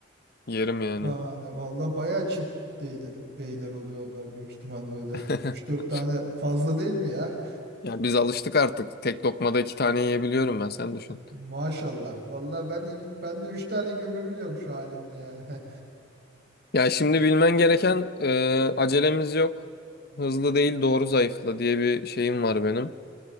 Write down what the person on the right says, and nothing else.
yani valla bayağı çit değil, değiller oluyor onlara büyük ihtimal böyle.
üç dört tane fazla değil mi ya?
Maşallah. Valla ben ben de 3 tane gömebiliyorum şu halimde yani. <laughs>